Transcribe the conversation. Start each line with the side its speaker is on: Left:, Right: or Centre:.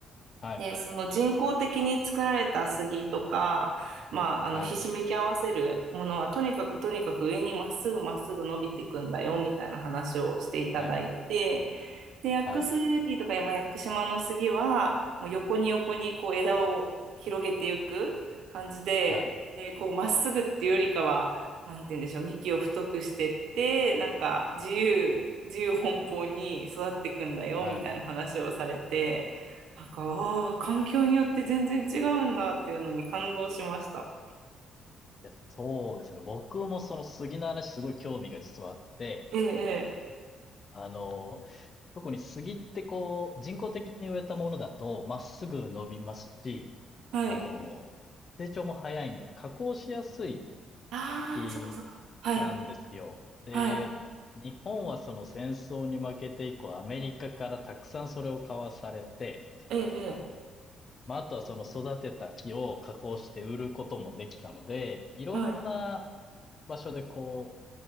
Left: はい、
Right: で、その人工的に作られた杉とか、まあ、あの、
Left: はい、
Right: ひしめき合わせるものは、とにかくとにかく上にまっすぐまっすぐ伸びていくんだよ、みたいな話をしていただいて、
Left: はい、
Right: で、屋久杉とか、
Left: はい、
Right: まあ、屋久島の杉は、もう横に横にこう枝を広げていく感じで、
Left: はい、
Right: で、こうまっすぐっていうよりかは、なんて言うんでしょう、幹を太くしてって、なんか自由、自由奔放に育っていくんだよ、
Left: はい。
Right: みたいな話をされて、なんか、ああ、環境によって全然違うんだっていうのに感動しました。
Left: いや、そうですね。僕もその杉の話すごい興味が実はあって、
Right: ええ、え
Left: あの、特に杉ってこう、人工的に植えたものだと、まっすぐ伸びますし、
Right: え、はい。
Left: あの、成長も早いんで、加工しやすい
Right: ああ、
Left: 木
Right: そっかそっか。はい、
Left: なんですよ。で、
Right: はい、
Left: 日本はその戦争に負けて以降、アメリカからたくさんそれを買わされて、
Right: ええ、え
Left: まあ、あとはその育てた木を加工して売ることもできたので、いろんな
Right: えはい。なる
Left: 場所でこ